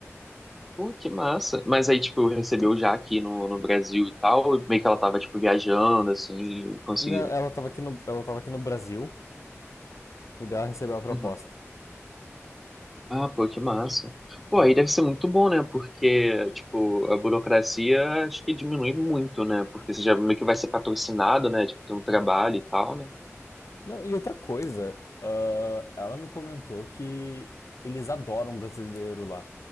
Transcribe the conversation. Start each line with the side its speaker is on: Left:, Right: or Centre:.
Centre: Pô, que massa. Mas aí, tipo, recebeu já aqui no, no Brasil e tal, meio que ela tava, tipo, viajando, assim, e conseguiu.
Left: Não, ela tava aqui no, ela tava aqui no Brasil e daí ela recebeu a proposta.
Centre: Uhum. Ah, pô, que massa. Pô,
Left: É.
Centre: aí deve ser muito bom, né? Porque, tipo, a burocracia acho que diminui muito, né? Porque você já meio que vai ser patrocinado, né? Tipo, tem um trabalho e tal, né?
Left: Não, e outra coisa, ah, ela me comentou que eles adoram um brasileiro lá.